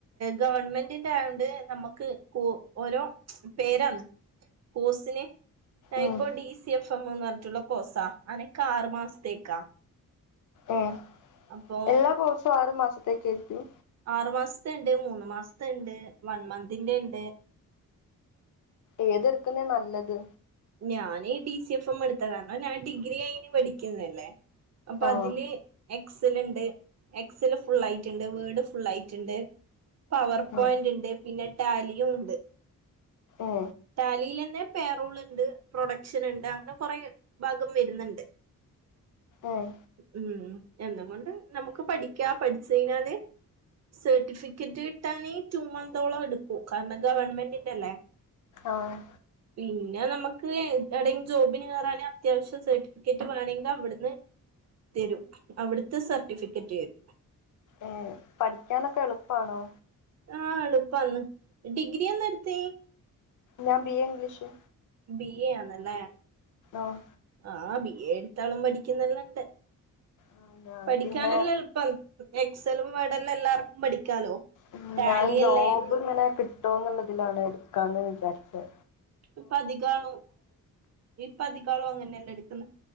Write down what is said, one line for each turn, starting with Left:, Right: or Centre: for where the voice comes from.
Right: ഗവൺമെന്റിന്റെ ആയോണ്ട് നമ്മക്ക് കൂ ഓരോ പേരാന്ന് കോസിന് ടൈംപ്
Left: ഉം
Right: of D C F M ന്ന് പറഞ്ഞ്ട്ടുള്ള കോസാ അനക്ക് ആറു മാസത്തേക്കാ
Left: ഏഹ്
Right: അപ്പൊ
Left: എല്ലാ കോഴ്സും ആറു മാസത്തേർക്കും
Right: ആറ് മാസ്ത്തെണ്ട് മൂന്ന് മാസ്ത്തണ്ട് വൺ മന്ത്ന്റെ ഇണ്ട്
Left: ഏത് എട്ക്ക്ന്നേ നല്ലത്
Right: ഞാന് ഡി സി എഫ് എം എടുത്താ കാരണം ഞാൻ ഡിഗ്രി കഴിഞ്ഞ് പഠിക്കുന്നല്ലേ അപ്പോ
Left: ആ
Right: അതില് എക്സല്ണ്ട് എക്സല് ഫുള്ളായിട്ട്ണ്ട് വേഡ് ഫുള്ളായിട്ട്ണ്ട് പ്പവർ
Left: ഉം,
Right: പോയിന്റ് ഇണ്ട് പിന്നെ ട്ടാലിയുണ്ട്
Left: ഏ
Right: ട്ടാ. പ്ലിലന്നെ പേ റൂള് ണ്ട് പ്രൊഡക്ഷന്ണ്ട് അങ്ങ് കൊറെ ഭാഗം വെര്ന്ന്ണ്ട്
Left: ആഹ്
Right: ഉം എന്ത്കൊണ്ട് നമുക്ക് പഠിക്ക്യാ പട്ച്ചഴിഞ്ഞാല് സെർട്ടിഫിക്കറ്റ് കിട്ടാൻ ഈ ട്ടു മന്തോളം എടുക്കൂ കാരണം, ഗവൺമെന്റിന്റെല്ലേ
Left: ആഹ്
Right: പിന്നെ നമ്മക്ക് എന് എടെങ്കി ജോബിന് കേറാന അത്യാവശ്യം സെർട്ടി ക്കറ്റ് വേണിങ്ക ഇവിട്ന്ന് തെരും അവിട്ത്തെ സെർട്ടിഫിക്കറ്റ് തെരു
Left: ഏഹ് പഠിക്കാനൊക്കെ എളുപ്പാണോ?
Right: ആഹ് എളുപ്പാന്ന്! ഡിഗ്രി എന്നെ എടുത്തേ?
Left: ഞാൻ B. A English
Right: B. A ആന്ന്ല്ലേ
Left: ആഹ്
Right: ആഹ് ബി. എ എട്ത്താളും പഠിക്കുന്നെല്ലാം ഇണ്ട്
Left: ആ, ഞാൻ
Right: പഠിക്കാനെല്ലാം
Left: പിന്നെ
Right: എളുപ്പം ആന്ന് എക്സലും വേഡ്ല് എല്ലാർക്കും പഠിക്കാലോ
Left: ഉം
Right: ടാലിയല്ലേ
Left: ഞാൻ ജോബ്
Right: ഇപ്പൊ
Left: ഇങ്ങനെ കിട്ടോന്നുള്ളതിലാണ് എടുക്കാന്ന് വിചാരിച്ചോ
Right: ഇപതികാളും ഇപ്പതികാളു അങ്ങനെല്ലെ എടുക്കുന്നേ